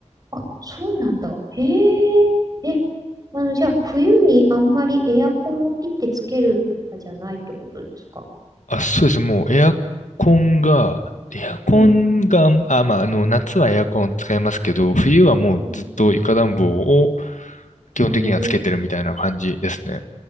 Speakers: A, on the right; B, on the left.
A: あ、そうなんだ。へえ。え、あの、じゃあ、冬にあんまりエアコンをピッてつけるとかじゃないってことですか
B: あ、そうです。もうエアコンが、エアコンが、
A: うん。
B: あ、まあ、あの、夏はエアコン使いますけど、冬はもうずっと床暖房を
A: うん。
B: 基本的にはつけてるみたいな感じですね。
A: うーん。